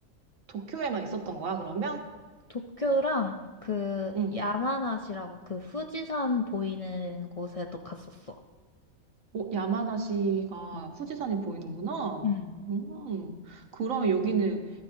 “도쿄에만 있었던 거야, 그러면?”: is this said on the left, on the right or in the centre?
Right